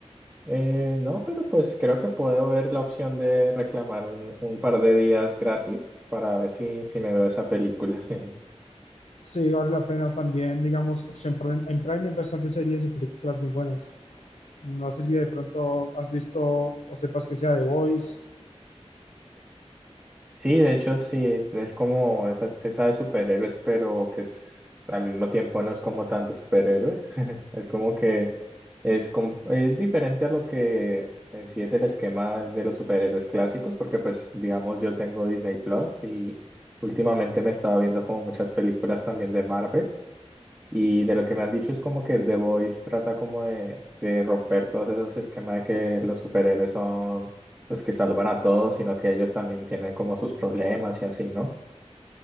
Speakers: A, on the right; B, on the left.
A: Eh, no, pero pues creo que puedo ver la opción de reclamar un, un par de días gratis para ver si, si me veo esa película. <laughs>
B: Sí, vale la pena también, digamos, siempre en Prime hay bastantes series y películas muy buenas. No sé si de pronto has visto o sepas que sea The Voice.
A: Sí, de hecho, sí, es como esa, esa de superhéroes, pero que es, al mismo tiempo no es como tan de superhéroes. <laughs> Es como que es, com- es diferente a lo que en sí es el esquema de los superhéroes clásicos, porque pues digamos yo tengo Disney Plus y últimamente me he estado viendo como muchas películas también de Marvel. Y de lo que me han dicho es como que The Voice trata como de, de romper todos esos esquemas de que los superhéroes son los que salvan a todos, sino que ellos también tienen como sus problemas y así, ¿no?